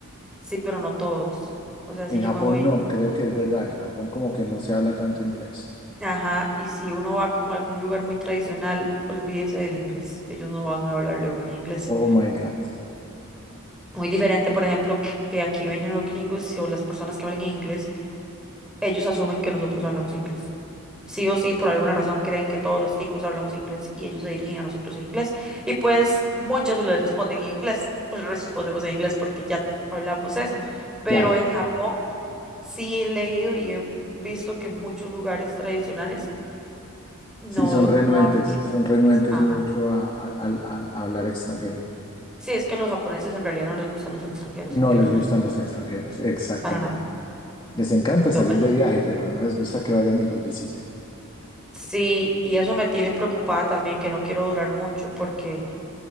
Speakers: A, in the centre; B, on the left.
A: Sí, pero no todos. O sea,
B: En
A: si yo
B: Japón
A: me voy,
B: no, creo que es verdad. En Japón como que no se habla tanto inglés.
A: ajá, y si uno va como a algún lugar muy tradicional, olvídese del inglés. Ellos no van a hablarle a uno en inglés.
B: Oh my God.
A: Muy diferente, por ejemplo, que que aquí vienen los gringos y- o las personas que hablan en inglés, ellos asumen que nosotros hablamos inglés. Sí o sí, por alguna razón creen que todos los ticos hablamos inglés y ellos se dirigen a nosotros en inglés. Y pues muchos les responden en inglés, o les respondemos en inglés porque ya hablamos eso. Pero
B: Claro.
A: en Japón Sí he leído y he visto que en muchos lugares tradicionales no,
B: Sí, son renuentes,
A: no hablan en
B: son renuentes
A: inglés. Ajá.
B: mucho a, a- al- al hablar extranjero.
A: Sí, es que los japoneses en realidad no les gustan los extranjeros en
B: No
A: general,
B: les gustan los extranjeros, exactamente.
A: para nada,
B: Les encanta
A: mucho
B: salir
A: menos.
B: de viaje, pero no les gusta que vayan y los visiten.
A: Sí, y eso me tiene preocupada también, que no quiero durar mucho porque...